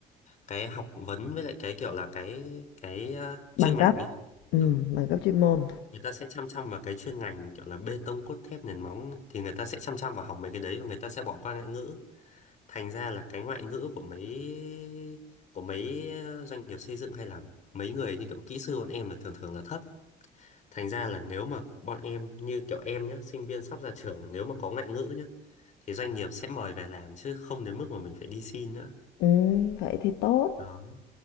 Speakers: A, on the left; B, on the left.
A: cái học vấn với lại cái kiểu là cái cái ờ,
B: bằng
A: chuyên ngành
B: cấp.
A: ấy
B: Ừm,
A: Đó.
B: bằng cấp chuyên môn.
A: người ta sẽ chăm chăm vào cái chuyên ngành kiểu là bê tông cốt thép nền móng thì người ta sẽ chăm chăm vào học mấy cái đấy và người ta sẽ bỏ qua ngoại ngữ thành ra là cái ngoại ngữ của mấy của mấy ờ, doanh nghiệp xây dựng hay là mấy người như kiểu kỹ sư bọn em là thường thường là thấp Thành ra là nếu mà bọn em như kiểu em nhé, sinh viên sắp ra trường nếu mà có ngoại ngữ nhé, thì doanh nghiệp sẽ mời về làm chứ không đến mức mà mình phải đi xin nữa.
B: Ừm, vậy thì tốt,
A: Đó.